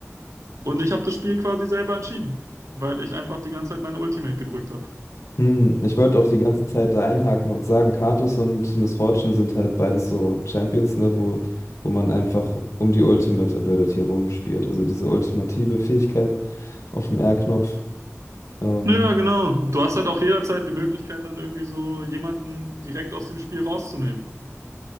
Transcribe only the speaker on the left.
Hm, ich wollte auch die ganze Zeit da einhaken und sagen, Katus und Miss Fortune sind halt beides so Champions, ne, wo, wo man einfach um die Ultimate Ability rumspielt. Also diese ultimative Fähigkeit auf dem R-Knopf. Ähm,